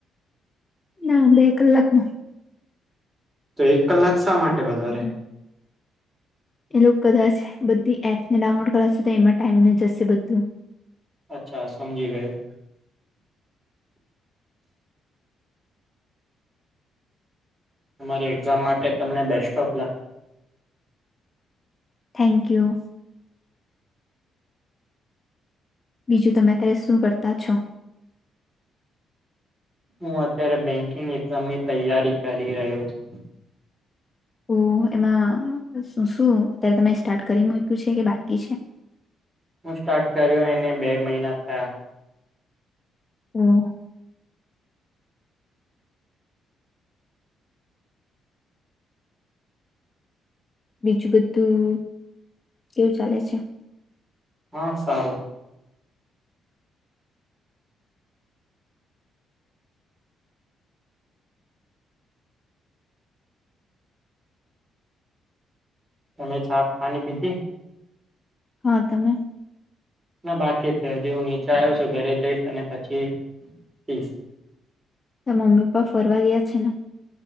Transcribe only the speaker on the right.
તો એક કલાક શા માટે વધારે
અચ્છા સમજી ગયો તમારી એક્ઝામ માટે તમને best of luck
હું અત્યારે બેકિંગ એક્ઝામની તૈયારી કરી રહ્યો છું
હું સ્ટાર્ટ કર્યો એને બે મહિના થયા
હા સારું તમે ચા પાણી પીધી
ના બાકી છે હજી હું નીચે આયો છું ઘરે જઈશ અને પછી પીશ